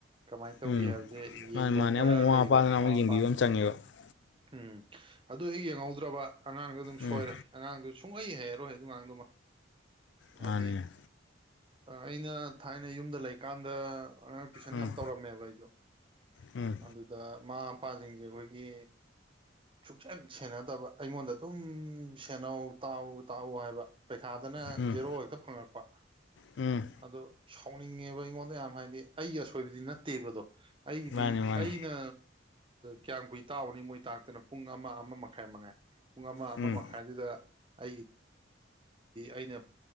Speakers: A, on the right; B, on the left.
A: ꯀꯃꯥꯏꯅ ꯇꯧꯋ
B: ꯎꯝ
A: ꯍꯥꯏꯕꯁꯦ ꯌꯦꯡꯕ
B: ꯃꯥꯅꯦ ꯃꯥꯅꯦ
A: ꯑꯃ ꯗꯔꯀꯥꯔ
B: ꯑꯃꯨꯛ ꯃꯃꯥ
A: ꯂꯩꯌꯦꯕ
B: ꯃꯄꯥꯗꯅ
A: ꯃꯃꯥ
B: ꯑꯃꯨꯛ
A: ꯃꯄꯥꯗꯨꯅ
B: <unintelligible>
A: ꯎꯝ ꯑꯗꯨ ꯍ ꯌꯦꯡꯍꯧꯗ꯭ꯔꯕ ꯑꯉꯥꯡꯗ ꯑꯗꯨꯝ
B: ꯎꯝ
A: ꯁꯣꯏꯔꯦ ꯑꯉꯥꯡꯗꯣ ꯁꯨꯡꯂꯏ ꯍꯥꯏꯩꯔꯔꯣꯏ ꯑꯗꯨ ꯑꯉꯥꯡꯗꯨꯃ ꯍꯥꯏꯗꯤ
B: ꯃꯥꯅꯦ
A: ꯑꯩꯅ ꯊꯥꯏꯅ ꯌꯨꯝꯗ ꯂꯩꯀꯥꯟꯗ ꯇꯨꯏꯁꯟ
B: ꯎꯝ
A: ꯌꯥꯝ ꯇꯧꯔꯝꯃꯦꯕ ꯑꯩꯁꯨ
B: ꯎꯝ
A: ꯑꯗꯨꯗ ꯃꯃꯥ ꯃꯄꯥꯁꯤꯡꯁꯦ ꯑꯩꯈꯣꯏꯒꯤ ꯁꯨꯡꯛꯆꯟ ꯁꯦꯟꯅꯗꯕ ꯑꯩꯉꯣꯟꯗ ꯑꯗꯨꯝ ꯁꯦꯅꯧ ꯇꯥꯎ ꯇꯥꯎꯎ ꯍꯥꯏꯕ ꯄꯩꯈꯥꯗꯅ
B: ꯎꯝ
A: ꯖꯦꯔꯣ ꯍꯦꯛꯇ ꯐꯪꯉꯛꯄ
B: ꯎꯝ
A: ꯑꯗꯣ ꯁꯥꯎꯅꯤꯡꯉꯦꯕ ꯑꯩꯉꯣꯟꯗ ꯌꯥꯝ ꯍꯥꯏꯗꯤ ꯑꯩꯒꯤ ꯑꯁꯣꯏꯕꯗꯤ ꯅꯠꯇꯦꯕꯗꯣ ꯑꯩꯒꯤꯗꯤ
B: ꯃꯥꯅꯦ ꯃꯥꯅꯦ
A: ꯑꯩꯅ ꯀꯌꯥꯝ ꯀꯨꯏ ꯇꯥꯛꯎꯅꯤ ꯃꯣꯏ ꯇꯥꯛꯇꯅ ꯄꯨꯡ ꯑꯃ ꯑꯃ ꯃꯈꯥꯏ ꯃꯉꯥꯏ ꯄꯨꯡ ꯑꯃ ꯑꯃ
B: ꯎꯝ
A: ꯃꯈꯥꯏꯗꯨꯗ ꯑꯩꯒꯤ ꯑꯩꯅ